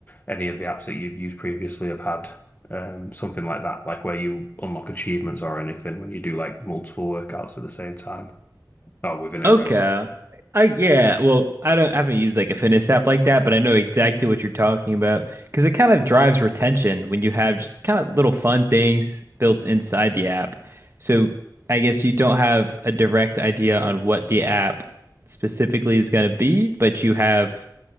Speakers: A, on the left; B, on the right.
A: any of the apps that you've used previously have had um, something like that, like where you unlock achievements or anything when you do like multiple workouts at the same time or within
B: Okay.
A: a row.
B: I yeah, well, I don't I haven't used like a fitness app like that, but I know exactly what you're talking about because it kind of drives retention when you have just kind of little fun things built inside the app. So I guess you don't have a direct idea on what the app specifically is going to be, but you have